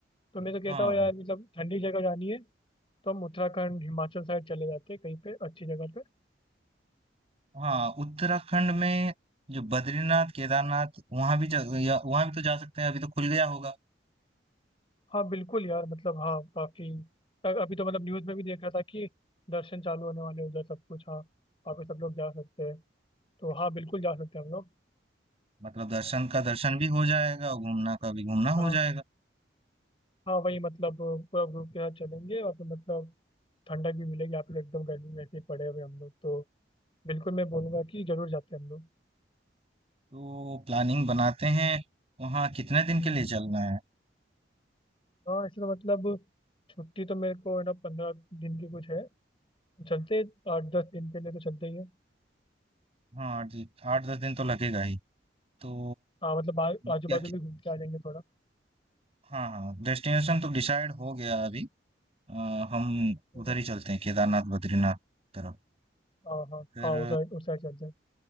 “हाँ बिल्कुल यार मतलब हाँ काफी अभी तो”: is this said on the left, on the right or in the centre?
Left